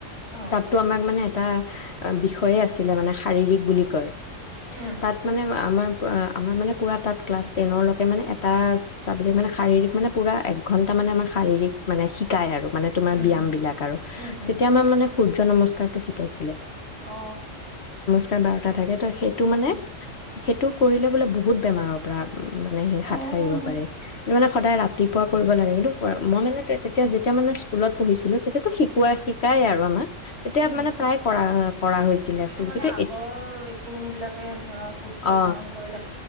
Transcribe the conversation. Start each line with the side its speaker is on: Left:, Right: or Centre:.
Right: অ
Left: তাতটো আমাক মানে। এটা বিষয়ে আছিলে মানে শাৰীৰিক বুলি কয়।
Right: উম
Left: তাত মানে আমাক আমাৰ অ আমাৰ মানে পুৰা তাত ক্লাছ টেনৰলেকে মানে এটা চাবজেক্ট মানে শাৰীৰিক। মানে পুৰা এক ঘণ্টা মানে আমাক শাৰীৰিক মানে শিকায় আৰু। মানে তোমাৰ
Right: উম
Left: ব্যায়াম
Right: উম
Left: বিলাক আৰু
Right: উম উম
Left: তেতিয়া আমাৰ মানে। সূৰ্য্য নমস্কাৰটো শিকাইছিলে।
Right: অ।
Left: তাত বাৰটা থাকে তই সেইটো মানে
Right: উম
Left: সেইটো। কৰিলে বোলে বহুত বেমাৰৰ পৰা উম মানে সি
Right: অ
Left: হাত সাৰিব
Right: উম
Left: পাৰে। ই মানে সদায় ৰাত। ৰাতিপুৱা কৰিব লাগে কিন্তু প মই মানে তেতিয়া যেতিয়া মানে স্কুলত পঢ়িছিলোঁ। তেতিয়াটো শিকোৱা শিকাই আৰু আমাক। তেতিয়া
Right: উম উম
Left: মানে
Right: উম
Left: প্ৰায় কৰা কৰা হৈছিলে
Right: সেইটো কাৰণে
Left: কিন্তু
Right: আগৰ
Left: এ
Right: ঋষি মুুনি বিলাকে ধৰা সূৰ্য
Left: অ
Right: প্ৰণাম কৰি